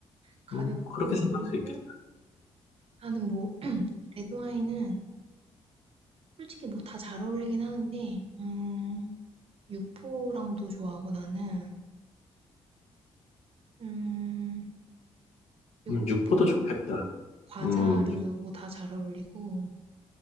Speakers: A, on the right; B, on the left.
A: 가볍고
B: 음, 그렇게 생각할
A: 그리고
B: 수 있겠다.
A: 나는 뭐 <clears throat> 레드와인은 솔직히 뭐 다 잘 어울리긴 하는데 음. 육포랑도 좋아하고 나는 음, 육포,
B: 음, 육포도 좋겠다.
A: 과자류도
B: 음,
A: 뭐 다 잘 어울리고